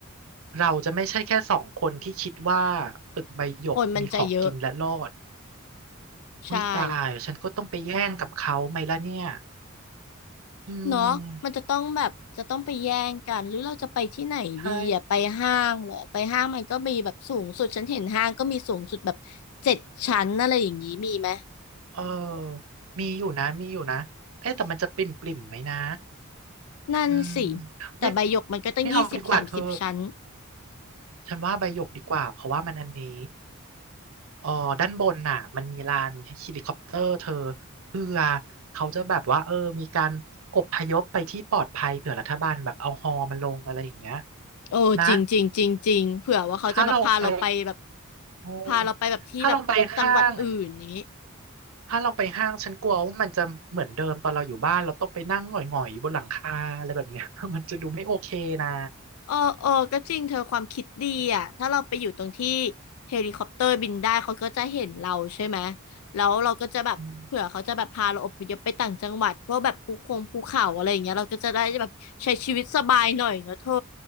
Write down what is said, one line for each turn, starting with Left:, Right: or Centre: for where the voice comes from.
Right: เราจะไม่ใช่แค่สองคนที่คิดว่าตึกใบหยกมีของกินและรอด
Left: คนมันจะเยอะใช่
Right: อุ๊ยตายฉันก็ต้องไปแย่งกับเขาไหมล่ะเนี่ยอืม
Left: เนาะมันจะต้องแบบจะต้องไปแย่งกันหรือเราจะไปที่ไหนดีอ่ะไปห้างเหรอไปห้างมันก็มีแบบสูงสุดฉันเห็นห้างก็มีสูงสุดแบบเจ็ดชั้นอะไรอย่างนี้มีไหม
Right: ใช่เออมีอยู่นะมีอยู่นะเอ๊ะแต่มันจะปริ่มปริ่มไหมนะ
Left: นั่นสิ
Right: อืม
Left: แต่ใบหยกมันก็ตั้งยี่สิบสามสิบชั้น
Right: ไม่ไม่เอาดีกว่าเธอ ฉันว่าใบหยกดีกว่าเพราะว่ามันอันนี้อ๋อด้านบนน่ะมันมีลานเฮลิคอปเตอร์เธอเพื่อเขาจะแบบว่าเออมีการอพยพไปที่ปลอดภัยเผื่อรัฐบาลแบบเอาฮอมันลงอะไรอย่างเงี้ย
Left: โอ้จริงจริงจริงจริงเผื่อว่าเขาจะแบบพาเราไปแบบ
Right: นะถ้าเราไปโอ้
Left: พาเราไปแบบที่แบบจังหวัดอื่นนี้
Right: ถ้าเราไปห้างถ้าเราไปห้างฉันกลัวว่ามันจะเหมือนเดิมตอนเราอยู่บ้านเราต้องไปนั่งหงอยๆบนหลังคาอะไรแบบเนี้ย <laughs> มันจะดูไม่โอเคนะ
Left: เออเออก็จริงเธอความคิดดีอ่ะถ้าเราไปอยู่ตรงที่เฮลิคอปเตอร์บินได้เขาก็จะเห็นเราใช่ไหม แล้วเราก็จะแบบเผื่อเขาจะแบบพาเราอพยพไปต่างจังหวัด
Right: อืม
Left: เพราะแบบภูคงภูเขาอะไรอย่างเงี้ยเราก็จะได้แบบใช้ชีวิตสบายหน่อยเนอะเธอ